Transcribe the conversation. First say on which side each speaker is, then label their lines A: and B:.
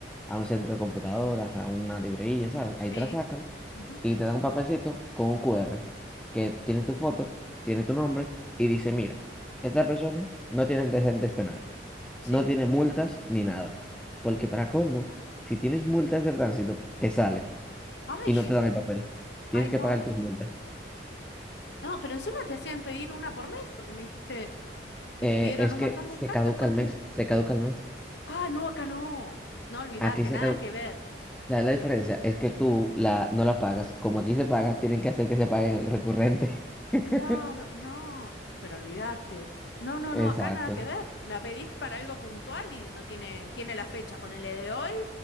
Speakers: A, in the centre; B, on the left.
A: a un centro de computadoras, a una librería, ¿sabes?
B: Sí.
A: Ahí te la sacan
B: Ujú.
A: y te dan un papelcito con un QR que tiene tu foto, tiene tu nombre y dice, mira, esta persona no tiene antecedentes penales,
B: Sí.
A: no tiene multas ni nada. Porque para colmo, si tienes multas de tránsito, te salen
B: Ay,
A: y no te dan el papel. Tienes
B: ay, no.
A: que pagar tus multas.
B: No, pero encima te hacían pedir una por mes porque me dijiste que
A: Eh,
B: te pidieron
A: es
B: un
A: que
B: montón
A: se
B: de cartas.
A: caduca
B: ¿Por
A: el mes,
B: qué?
A: se caduca el mes.
B: Ah, no, acá no. No, olvídate,
A: Aquí se
B: nada
A: caduca.
B: que ver.
A: ¿Sabes la diferencia? Es que tú la, no la pagas. Como aquí se paga, tienen que hacer que se pague recurrente. <laughs>
B: Claro, no, pero olvídate. No, no,
A: Exacto.
B: no, acá nada que ver. La pedís para algo puntual y no tiene, tiene la fecha, ponele de hoy,